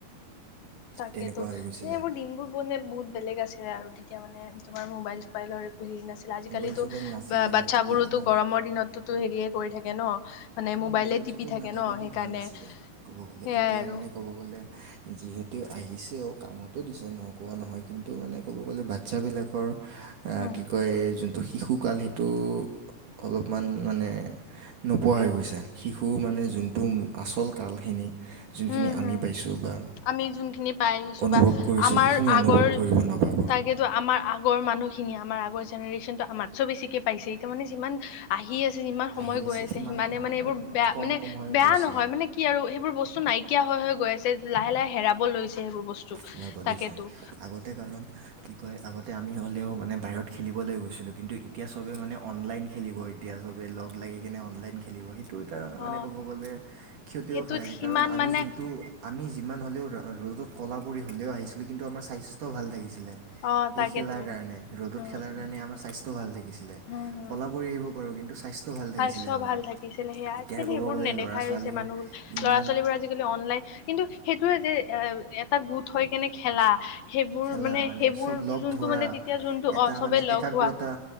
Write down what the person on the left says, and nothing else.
তাকেতো
এইবোৰ দিনবোৰ বহুত মানে বহুত বেলেগ আছিলে আৰু তেতিয়া মানে তোমাৰ মোবাইল চোবাইলৰ একো হেৰি নাছিল আজিকালিতো
বা বাচ্ছাবোৰোতো
গৰমৰ দিনতোটো হেৰিয়ে কৰি থাকে ন মানে
মোবাইলে
টিপি
থাকে
ন সেইকাৰণে
সেইয়াই
আৰু।
উম।
হুম,
হুম।
আমি যোনখিনি পাই আহিছো
বা
আমাৰ
আগৰ
তাকেতো আমাৰ আগ গৰ মানুহখিনি আমাৰ আগৰ জেনেৰেশ্যনটো আমাতছেও বেছিকে পাইছে। এতিয়া মানে যিমান আহি আছে যিমান সময়
গৈ আছে
সিমানে,
মানে এইবোৰ বেয়া
মানে
বেয়া
নহয় মানে। কি আৰু সেইবোৰ বস্তু নাইকিয়া হৈ হৈ গৈ আছে লাহে লাহে, হেৰাব লৈছে সেইবোৰ বস্তু।
তাকেতো।
অ
সেইটোত
সিমান
মানে
অ
তাকেতো
উম
উম
হম হম
স্বাস্থ্য
ভাল থাকিছিলে। সেইয়া
আজিকালি
সেইবোৰ
নেদেখাই
হৈছে মানুহবোৰ, ল'ৰা
ছোৱালীবোৰ আজিকালি আজিকালি অনলাইন, কিন্তু সেইটোয়ে যে এ এটা গোট হৈ কেনে খেলা সেইবোৰ
মানে সেইবোৰ
যোনটো
মানে তেতিয়া যোনটো
অহ চবে
লগ
হোৱা।